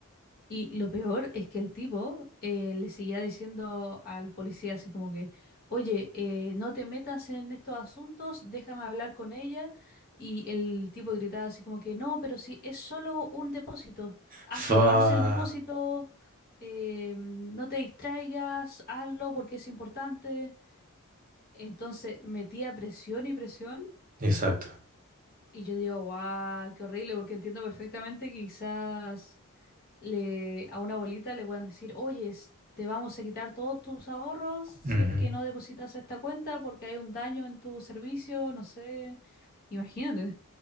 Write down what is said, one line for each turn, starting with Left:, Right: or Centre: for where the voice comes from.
Left: Y lo peor es que el tipo eh, le seguía diciendo al policía así como que, oye, eh, no te metas en estos asuntos, déjame hablar con ella. Y el tipo gritaba así como que, no, pero si es solo un depósito, hazlo,
Right: Fa.
Left: haz el depósito, eh, no te distraigas, hazlo porque es importante. Entonces metía presión y presión.
Right: Exacto.
Left: Y yo digo, guau, qué horrible, porque entiendo perfectamente que quizás le, a una abuelita le puedan decir, oye, s- te vamos a quitar todos tus ahorros si
Right: Ujú.
Left: es que no depositas a esta cuenta porque hay un daño en tu servicio, no sé. Imagínate.